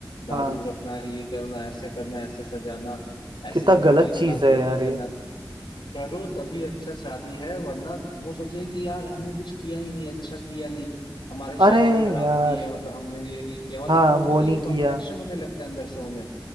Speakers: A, on the left; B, on the right.
A: दारू
B: हाँ
A: रखना ये करना ऐसे करना ऐसे सजाना ऐसे
B: कितना
A: इवेंट
B: गलत
A: में इतना
B: चीज है
A: ये
B: यार ये
A: करना करो तभी अच्छा शादी है वरना वो सोचेंगे कि यार हमने कुछ किया ही नहीं अच्छा किया नहीं हमारी
B: अरे
A: शादी खराब
B: यार
A: थी या मतलब हमने ये नहीं किया मतलब
B: हाँ
A: खुद
B: वो
A: को एक
B: नहीं किया
A: कम्प्लेक्शन होने लगता है अंदर से उन्हें